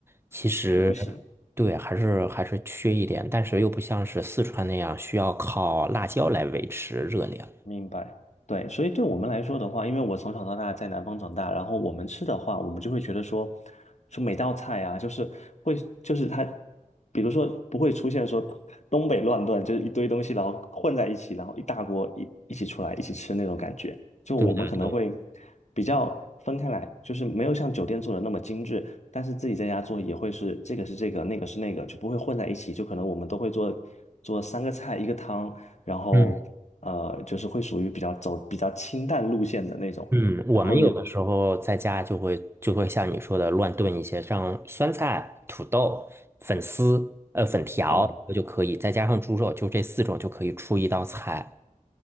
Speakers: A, on the right; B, on the left.
A: 其实
B: 就不行。
A: 对，还是还是缺一点，但是又不像是四川那样需要靠辣椒来维持热量。
B: 明白，对，所以对我们来说的话，因为我从小到大在南方长大，然后我们吃的话，我们就会觉得说，说每道菜啊，就是会，就是它，比如说不会出现说东北乱炖，就是一堆东西然后混在一起，然后一大锅一一起出来一起吃那种感觉。就我们可能会
A: 对对对，
B: 比较分开来，就是没有像酒店做的那么精致，但是自己在家做也会是这个是这个，那个是那个，就不会混在一起。就可能我们都会做做三个菜一个汤，然后呃，
A: 嗯
B: 就是会属于比较走比较清淡路线的那种，
A: 嗯，我们有的时候在家就会就会像你说的乱炖一些，
B: 然后也
A: 像酸菜、土豆、粉丝、呃粉条就可以，
B: 啊、
A: 再加上猪肉，就这四种就可以出一道菜。